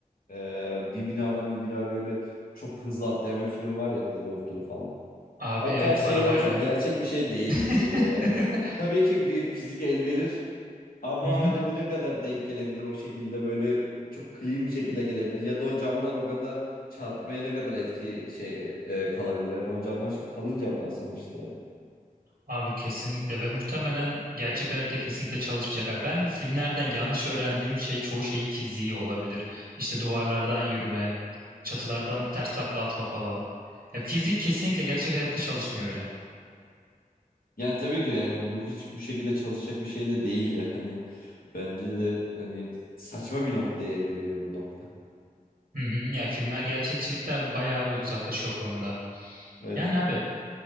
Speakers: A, on the left (about 80°); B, on the right (about 75°).
A: eee, bir binadan bir bina böyle çok hızlı atlayan bir film var ya Hızlı Öfkeli falan.
B: Abi
A: O
B: evet
A: tarz şeyler
B: arabayla.
A: çok gerçek bir şey değil
B: <laughs>
A: gibi geliyor yani. Tabii ki bir fizik el verir ama
B: Hı hı.
A: hani bu ne kadar denk gelebilir o şekilde böyle çok clean bir şekilde gelebilir ya da o camlar o kadar çarpmaya ne kadar etki şey e, kalabilir. Hani o camlar çok kalın camlar sonuçta.
B: Abi kesinlikle ve muhtemelen gerçek hayatta kesinlikle çalışmayacak. Abi ben filmlerden yanlış öğrendiğim şey çoğu şeyin fiziği olabilir. İşte duvarlardan yürüme, çatılardan ters takla atma falan. Ya fizik kesinlikle gerçek hayatta çalışmıyor öyle.
A: Yani tabii ki yani bu hiç bu şekilde çalışacak bir şey de değil yani. <laughs> Bence de hani saçma bir noktaya evriliyor bu nokta.
B: Hı hı, yani filmler gerçekçilikten bayağı uzaklaşıyor o konuda.
A: Evet.
B: Yani abi